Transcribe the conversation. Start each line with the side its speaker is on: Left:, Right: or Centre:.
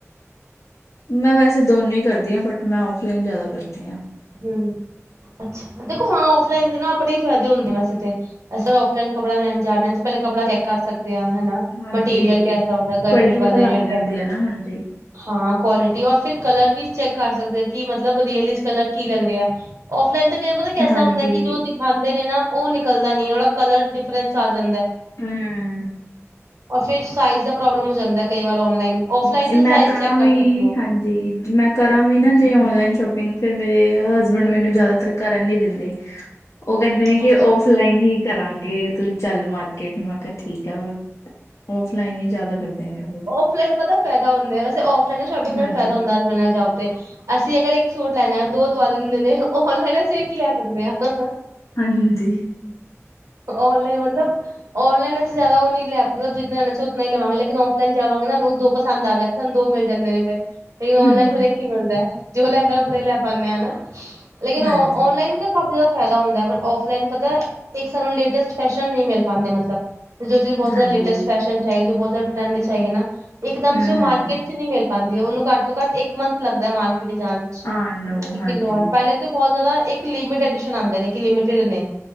Left: ਮੈਂ ਵੈਸੇ ਦੋਨੋਂ ਈ ਕਰਦੀ ਆਂ। ਬਟ ਮੈਂ ਔਫਲਾਈਨ ਜ਼ਿਆਦਾ ਕਰਦੀ ਆਂ।
Right: ਹਮ, ਅੱਛਾ। ਦੇਖੋ ਹਾਂ ਔਫਲਾਈਨ ਦੇ ਨਾ ਆਪਣੇ ਈ ਫ਼ਾਇਦੇ ਹੁੰਦੇ ਵੈਸੇ ਤੇ। ਅਸਾ ਔਫਲਾਈਨ ਕੱੜਾ ਲੈਣ ਜਾਣਾ ਜੇ ਪਹਿਲਾਂ ਕੱਪੜਾ ਚੈੱਕ ਕਰ ਸਕਦੇ ਆ ਹੈਨਾ।
Left: ਹਾਂਜੀ
Right: ਮਟੀਰੀਅਲ ਕੈਸਾ <unintelligible> ਗਰਮੀ
Left: ਕੁਆਲਿਟੀ ਪਤਾ
Right: ਵਾਲਾ
Left: ਲੱਗ
Right: ਏ ਜਾਂ
Left: ਜਾਂਦੀ
Right: ਕੇਸਾ
Left: ਹੈ ਨਾ
Right: ਏ।
Left: ਹਾਂਜੀ
Right: ਹਾਂ, ਕੁਆਲਿਟੀ। ਔਰ ਫਿਰ ਕਲਰ ਵੀ ਚੈੱਕ ਕਰ ਸਕਦੇ ਕਿ ਮਤਲਬ ਰਿਅਲ ਇਚ ਕਲਰ ਕੀ ਲੱਗ ਰਿਆ। ਔਫਲਾਈਨ ਤੇ ਕੇ ਪਤਾ ਕੈਸਾ
Left: ਹਾਂਜੀ
Right: ਹੁੰਦਾ ਕਿ ਜੋ ਦਿਖ ਖਾਂਦੇ ਨੇ ਨਾ ਓ ਨਿਕਲਦਾ ਨਈਂ ਏ, ਜੇੜਾ ਵਾਲਾ ਕਲਰ ਡਿਫਰੈਂਸ ਆ ਜਾਂਦਾ ਐ।
Left: ਹਂ
Right: ਔਰ ਫਿਰ ਸਾਈਜ਼ ਦਾ ਪ੍ਰੋਬਲਮ ਹੋ ਜਾਂਦਾ ਕਈ ਵਾਰ ਔਨਲਾਈਨ। ਔਫਲਾਈਨ
Left: ਜੇ
Right: ਤੇ
Left: ਮੈਂ
Right: ਸਾਈਜ਼
Left: ਕਰਾਂ
Right: ਚੈੱਕ ਕਰ
Left: ਵੀ,
Right: ਸਕਦੇ ਹੋ।
Left: ਹਾਂਜੀ। ਜ, ਮੈਂ ਕਰਾਂ ਵੀ
Right: ਹਾਂਜੀ
Left: ਨਾ ਜੇ
Right: ਬਿਲਕੁਲ।
Left: ਔਨਲਾਈਨ ਸ਼ੋਪ ਫਿਰ ਮੇਰੇ ਹਸਬੈਂਡ,
Right: ਹੂੰ
Left: ਮੈਂਨੂੰ
Right: ਹੂੰ
Left: ਜ਼ਿਆਦਾਤਰ ਕਰਨ ਨੀ ਦਿੰਦੇ। ਓ ਕਹਿੰਦੇ ਨੇ ਕਿ
Right: ਅੱਛਾ
Left: ਔਫਲਾਈਨ ਹੀ ਕਰਾਂਗੇ। ਤੂੰ ਚੱਲ ਮਾਰਕੀਟ। ਮੈਂ ਕਿਹਾ ਠੀਕ ਆ ਔਫਲਾਈਨ ਈ ਜ਼ਿਆਦਾ ਕਰਦੇ ਨੇ ਉਹ।
Right: ਔਫਲਾਏਨ ਪਤਾ ਫੈਦਾ ਹੁੰਦਾ ਵੈਸੇ, ਔਫਲਾਈਨ ਸ਼ੋਪਿੰਗ ਨਾਲ
Left: ਹਾਂਜੀ
Right: ਫ਼ਾਇਦਾ ਹੁੰਦਾ ਹਸਬੇਂਡ ਨਾਲ ਜਾਓ ਤੇ। ਅਸੀਂ ਅਗਰ ਇੱਕ ਸੂਟ ਲੈਣਾ, ਦੋ ਦਵਾ ਦਿੰਦੇ ਨੇ ਉਹ। ਔਨਲਾਈਨ‌ ਅਸੀਂ ਏਕ ਹੀ ਲੈ ਸਕਦੇ ਆਂ, ਹ-ਹ।
Left: ਹਾਂਜੀ।
Right: ਔਨਲਾਈਨ ਮਤਲਬ, ਔਨਲਾਈਨ ਅਸੀ ਜ਼ਿਆਦਾ ਓ ਨੀ ਲੈ, ਮਤਲਬ, <unintelligible> ਨਹੀਂ ਲਵਾਂਗੇ, ਲੇਕਿਨ ਔਫਲਾਈਨ ਜਾਵਾਂਗੇ ਨਾ, ਹਾਨੂੰ ਦੋ ਪਸੰਦ ਆਗੇ ਸਾਨੂੰ ਦੋ ਮਿਲ ਜਾਂਦੇ ਨੇ ਫਿਰ। ਲੇਕਿਨ ਔਨਲਾਈਨ
Left: ਹੂੰ।
Right: ਫਿਰ ਇੱਕ ਹੀ ਮਿਲਦਾ, ਜੋ ਲੈਦਾ ਓਦਾਂ ਲੈ ਪਾਨੇ ਆ ਨਾ, ਲੇਕਿਨ ਔ,
Left: ਹਾਂਜੀ,
Right: ਔਨਲਾਈਨ ਕਾਫੀ ਜ਼ਿਆਦਾ ਫ਼ਾਇਦਾ ਹੁੰਦਾ ਐ ਬਟ ਔਫਲਾਈਨ ਪਤਾ, ਇੱਕ ਸਾਨੂੰ ਲੇਟੈਸਟ ਫੈਸ਼ਨ ਨਹੀਂ ਮਿਲ ਪਾਂਦੇ, ਮਤਲਬ। ਜਦੋ ਚੀਜ਼ ਬਹੁਤ ਜ਼ਿਆਦਾ
Left: ਹਾਂਜੀ,
Right: ਲੇਟੈਸਟ ਫੈਸ਼ਨ 'ਚ ਆਈ, ਜੋ ਬਹੁਤ ਜ਼ਿਆਦਾ ਟਰੈਂਡ 'ਚ ਆਈ ਏ ਨਾ, ਇੱਕਦਮ
Left: ਹੂੰ-ਹੂੰ
Right: ਸੇ ਓ, ਮਾਰਕਿਟ ਓ'ਚ ਨੀ ਮਿਲ ਪਾਂਦੀ, ਉਹਨੂੰ ਘੱਟ ਤੋਂ ਘੱਟ ਇੱਕ ਮੰਥ ਲੱਗਦਾ ਮਾਰਕਿਟ ਈਚ ਆਣ'ਚ,
Left: ਆਣ ਨੂੰ
Right: ਇੱਕੀ
Left: ਹਾਂਜੀ।
Right: ਦਿਨ ਵਾਰ ਪਹਿਲੇ ਬਹੁਤ ਜ਼ਿਆਦਾ ਇੱਕ ਲਿਮਿਟ ਐਡੀਸ਼ਨ ਆਂਦੇ ਨੇ, ਕਿ ਲਿਮਿਟੇਡ ਨੇ।